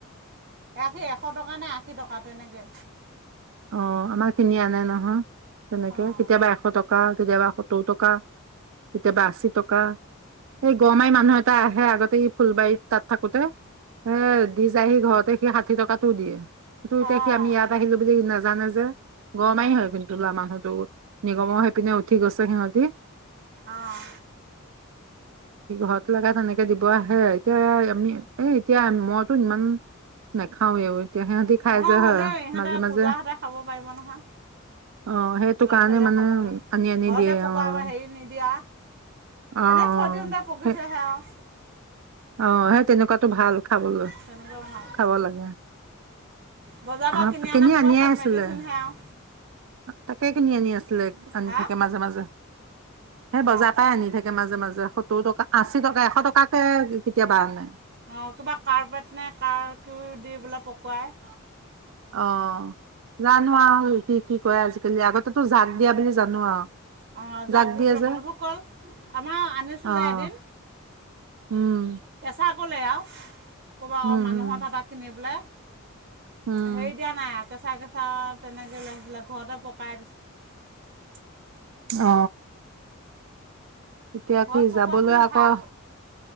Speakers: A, on the right; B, on the right.
A: আশী এশ টকা নে এৰাশী টকা তেনেকে
B: অ আমাক তিনি আনা নহয়। তেনেকে
A: অঁ
B: কেতিয়াবা এশ টকা কেতিয়াবা সত্তৰ টকা কেতিয়াবা আশী টকা এই গৰমাই মানুহ এটা আহে আগতে ই ফুলবাৰীত তাত থাকোতে এ দি যায় সি ঘৰতে সি ষাঠি টকাতটোও দিয়ে ত
A: অঁ
B: এতিয়া আমি ইয়াত আহিলো। বুলি নাজানে যে গৰমাৰি
A: অঁ
B: হয় কিন্তু লৰা মানুহতটো নিগমৰ হৈ পিনে উঠি গৈছে সিহঁতি
A: অঁ
B: স ঘৰত লগা তেনেকে দিব আহে এতিয়া আমি এ এতিয়া মইতো ইমান নাখাও এই তেতিয়া সিহতি খাই
A: নহয়
B: যায়
A: হ'লেও
B: হয়
A: ইহঁতে
B: মাজে মাজে
A: পূজাহঁতে খাব পাৰিব নহয়
B: অ', সেইটো
A: ল'ৰা
B: কাৰণে
A: ছোৱালীয়ে
B: মানে
A: খাবলৈ
B: আনি আনি
A: ঘৰতে
B: দিয়ে
A: পকোৱা
B: অ',
A: হেৰি নিদিয়া
B: অ',
A: এনেই থৈ দিওঁতে পকিছেহে
B: সেই
A: আৰু
B: অ সেই তেনেকুৱাতো ভাল খাবলৈ
A: তেনেকুৱা ভাল
B: খাব লাগে
A: বজাৰৰ পৰা
B: আহ কিনি
A: অনা সোপা
B: আনিয়ে
A: চব
B: আছিলে
A: মেডিচিনহে আৰু
B: তাকে কিনি আনি আছিলে আনি
A: হা
B: থাকে মাজে মাজে সেই বজাৰ
A: অঁ
B: পৰাই আনি থাকে মাজে মাজে টকা আশী টকা এশ টকাকে কেতিয়া বাৰ নাই
A: অঁ কিবা কাৰ্পেট নাই কাৰ ক দি বোলে পকোৱাই
B: অ', জানো আৰু কি কি কয় আজিকালি আগতেতো জাক দিয়া বুলি জানো আৰু
A: অ যাক
B: জাগ
A: দি
B: দিয়ে
A: বোলে
B: যে
A: মালভোগ কল আমাৰ আনিছিলে
B: অ',
A: এদিন
B: উম,
A: কেঁচা কলে আৰু ক'ৰবাত
B: উম,
A: অ মানুহৰ
B: উম,
A: টাপা কিনি পেলাই
B: উম,
A: হেৰি দিয়া নাই আৰু কেচা কেচা অ তেনেক লাগিছিলে ঘৰতে পকাই দিছো।
B: অ এতিয়া
A: ঘৰত
B: কি
A: পকোৱাখিনি
B: যাবলৈ আকৌ
A: ভাল